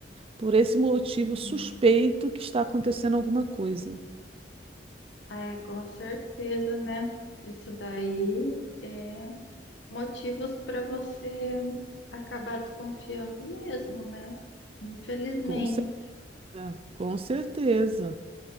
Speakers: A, on the right (about 30°); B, on the left (about 75°).
A: Por esse motivo, eu suspeito
B: uhum.
A: que está acontecendo alguma coisa.
B: Ah, É, com certeza, né? Isso daí é motivos para você acabar desconfiando mesmo, né? Infelizmente,
A: Com certeza, com certeza.